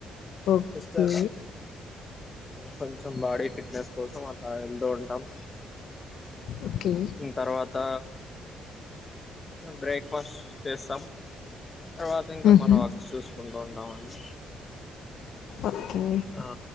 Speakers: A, on the left (about 75°); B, on the left (about 25°).
A: ఓకే
B: సిస్టర్ కొంచెం బాడీ ఫిట్నెస్ కోసం అలా ఉంటాం
A: ఓకే
B: తర్వాత బ్రేక్ఫాస్ట్ చేస్తాం తర్వాత ఇంకా
A: మ్మ్
B: మనం
A: హ్మ్
B: అ చూసుకుంటాం బాగునవండి
A: ఓకే
B: ఆ